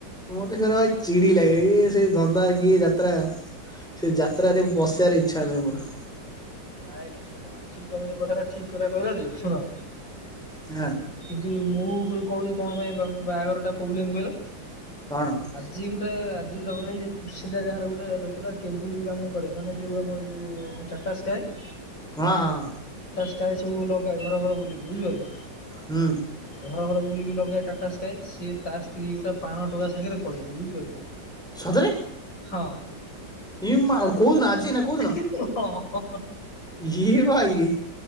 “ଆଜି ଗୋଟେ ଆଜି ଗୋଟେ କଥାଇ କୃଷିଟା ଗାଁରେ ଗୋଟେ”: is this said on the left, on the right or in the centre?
Left